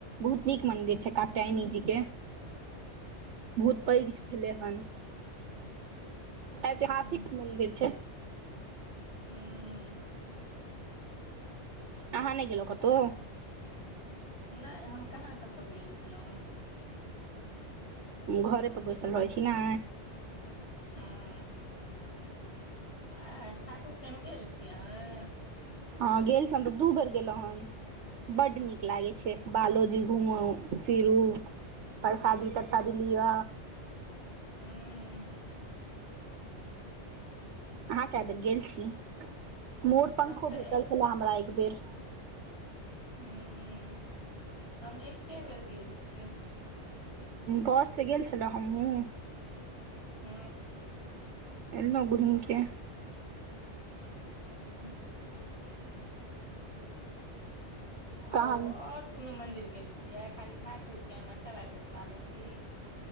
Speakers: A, on the right; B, on the left.
A: बहुत नीक मंदिर छै कात्यायनी जी के। बहुत
B: हूँ
A: पैघ
B: हूँ
A: छलै हन
B: हूँ
A: ऐतिहासिक मन्दिर छै।
B: हू
A: आहां नहि गेलौं कतौ?
B: नहि हम कहाँ कतहु गेल छलहुँ।
A: घरे पर बैसल रहै छी नै,
B: हु आँय खाटु श्याम गेल छीयै अहां?
A: हँ गेल छियै हम तऽ दू बेर गेल्लौं हन। बड्ड नीक लागै छै, बालोजी घूमू फिरू। परसादी तरसादी लिअ।
B: हु
A: अहाँ कए बेर गेल छी मोर पंखो
B: हम तऽ
A: भेटल
B: एक
A: छलए हमरा एक बेर,
B: हूँ हम एके बेर गेल छी।
A: बस सँ गेल छलौं हमहूँ।
B: हु
A: एल्लहुँ घुमिके।
B: हूँ
A: तहन
B: आरो और कोनो मंदिर गेल छलियै खाली खाटु श्याम आ सरासर बालाजी।